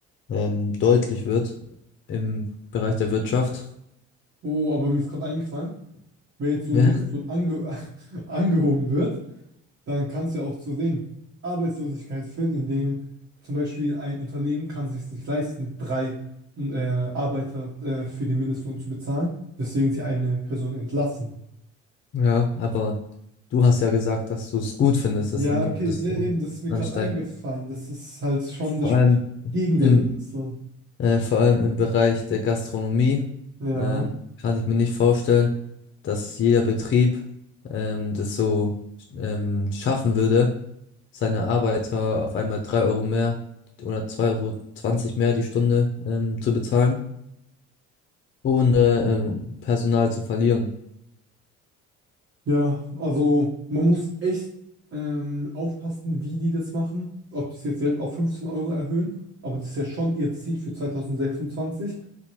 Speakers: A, on the left; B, on the right.
A: ähm, deutlich wird im Bereich der Wirtschaft. <laughs>
B: Oh, aber mir ist gerade eingefallen. Wenn jetzt so
A: Ja,
B: ein Mindestlohn ange <laughs> angehoben wird, dann kann es ja auch zu Ding Arbeitslosigkeit führen, indem zum Beispiel ein Unternehmen kann sich nicht leisten, drei äh, Arbeiter äh, für den Mindestlohn zu bezahlen, weswegen sie eine Person entlassen.
A: ja, aber du hast ja gesagt, dass du es gut findest,
B: Ja,
A: dass der Mindestlohn
B: okay, ja, eben, das ist mir
A: ansteigt.
B: gerade eingefallen. Das ist halt schon,
A: Vor
B: das spricht
A: allem
B: gegen den
A: im,
B: Mindestlohn.
A: äh, vor allem im Bereich der Gastronomie
B: Ja.
A: ähm, kann ich mir nicht vorstellen, dass jeder Betrieb ähm, das so ähm, schaffen würde, seine Arbeiter auf einmal 3 Euro mehr oder zwei Euro zwanzig mehr die Stunde ähm, zu bezahlen, ohne ähm, Personal zu verlieren.
B: Ja, also man muss echt ähm, aufpassen, wie die das machen. Ob die es jetzt direkt auf 15 Euro erhöhen. Aber das ist ja schon ihr Ziel für 2026.